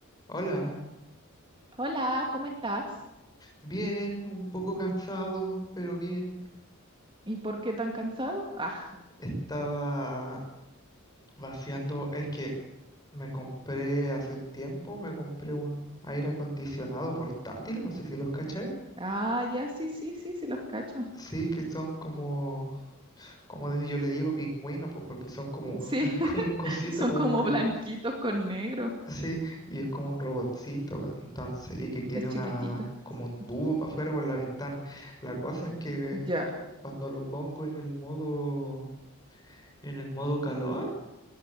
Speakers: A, on the left (about 20°); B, on the right (about 25°).
A: Hola,
B: Hola, ¿cómo estás?
A: bien, un poco cansado, pero bien.
B: ¿Y por qué tan cansado? Ah,
A: Estaba vaciando, es que me compré hace un tiempo, me compré un aire acondicionado portátil, no sé si los cacháis.
B: ah, ya, sí, sí, sí, sí, los cacho.
A: Sí, que son como, como desde yo le digo pingüino, pues porque son como,
B: Sí,
A: <laughs> es como
B: <laughs>
A: un cosito,
B: son
A: como
B: como
A: un ro,
B: blanquitos con negro.
A: sí, y es como un robotcito, entonces, y que tiene
B: Es chiquitito.
A: una, como
B: Sí.
A: un tubo para afuera por la ventana. La cosa es que
B: Ya,
A: cuando lo pongo en el modo ¿En el modo calor?